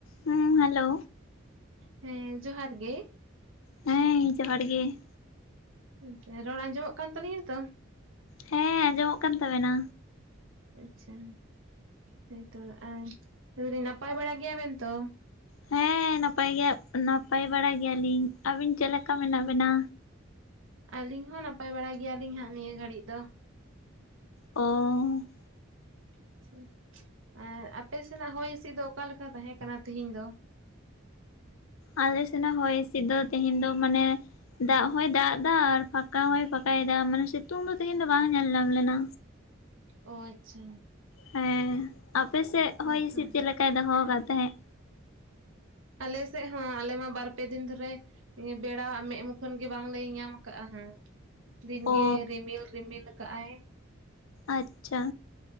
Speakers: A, on the left; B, on the right.
A: ᱦᱩᱸ ᱦᱮᱞᱳ
B: ᱦᱮᱸ ᱡᱚᱦᱟᱨ ᱜᱮ᱾
A: ᱦᱮᱸ ᱡᱚᱦᱟᱨ ᱜᱮ᱾
B: <unintelligible> ᱨᱚᱲ ᱟᱸᱡᱚᱢᱚᱜ ᱠᱟᱱ ᱛᱟᱞᱤᱧᱟ ᱛᱚ
A: ᱦᱮᱸ ᱟᱸᱡᱚᱢᱚᱜ ᱠᱟᱱ ᱛᱟᱵᱮᱱᱟ᱾
B: ᱟᱪᱪᱷᱟ ᱦᱳᱭᱛᱚ ᱟᱨ ᱱᱟᱯᱟᱭ ᱵᱟᱲᱟ ᱜᱮᱭᱟ ᱵᱮᱱ ᱛᱚ᱾
A: ᱦᱮᱸ ᱱᱟᱯᱟᱭ ᱜᱮᱭᱟ ᱱᱟᱯᱟᱭ ᱵᱟᱲᱟ ᱜᱮᱭᱟᱞᱤᱧ ᱾ ᱟᱹᱵᱤᱱ ᱪᱮᱞᱮᱠᱟ ᱢᱮᱱᱟᱜ ᱵᱮᱱᱟ?
B: ᱟᱹᱞᱤᱧ ᱦᱚᱸ ᱱᱟᱯᱟᱭ ᱵᱟᱲᱟ ᱜᱮᱭᱟᱞᱤᱧ ᱦᱟᱸᱜ ᱱᱤᱭᱟᱹ ᱜᱷᱟᱹᱲᱤᱡ ᱫᱚ᱾
A: ᱚᱸ
B: ᱟᱪᱪᱷᱟ, ᱟᱨ ᱟᱯᱮ ᱥᱮᱱᱟᱜ ᱦᱚᱭ ᱦᱤᱸᱥᱤᱫ ᱫᱚ ᱚᱠᱟᱞᱮᱠᱟ ᱛᱟᱦᱮᱸ ᱠᱟᱱᱟ ᱛᱤᱦᱤᱧ ᱫᱚ?
A: ᱟᱞᱮ ᱥᱮᱱᱟᱜ ᱦᱚᱭ ᱦᱥᱤᱫ ᱫᱚ, ᱛᱮᱦᱮᱧ ᱫᱚ ᱢᱟᱱᱮ ᱫᱟᱜ ᱦᱚᱭ ᱫᱟᱜ ᱫᱟ ᱟᱨ ᱯᱷᱟᱸᱠᱟ ᱦᱚᱸᱭ ᱯᱷᱟᱸᱟᱭ ᱫᱟ, ᱢᱟᱱᱮ ᱥᱤᱛᱩᱝ ᱫᱚ ᱛᱦᱤᱱ ᱫᱚ ᱵᱟᱝ ᱧᱮᱞ ᱧᱟᱢ ᱞᱮᱱᱟ᱾
B: ᱚ ᱟᱪᱪᱷᱟ
A: ᱦᱮᱸ ᱟᱯᱮᱥᱮᱜ
B: ᱦᱮᱸᱛᱚ
A: ᱦᱚᱭ ᱦᱤᱸᱥᱤᱫ ᱪᱮᱜ ᱞᱮᱠᱟᱭ ᱫᱚᱦᱚ ᱠᱟᱜ ᱛᱟᱦᱮᱸᱜ?
B: ᱟᱞᱮᱥᱮᱜ ᱦᱚᱸ ᱟᱞᱮ ᱢᱟ ᱵᱟᱨ ᱯᱮ ᱫᱤᱱ ᱫᱷᱚᱨᱮ ᱤᱭᱟᱹ ᱵᱮᱲᱟᱭᱟᱜ ᱢᱮᱜ ᱢᱩᱠᱷᱚᱱ ᱜᱮ ᱵᱟᱝᱞᱮ ᱧᱮᱧᱟᱢ ᱠᱟᱜᱼᱟ ᱦᱟᱸ ᱫᱤᱱᱜᱮ
A: ᱚ
B: ᱨᱤᱢᱤᱞ ᱨᱤᱢᱤᱞ ᱠᱟᱜᱼᱟᱭ
A: ᱟᱪᱪᱷᱟ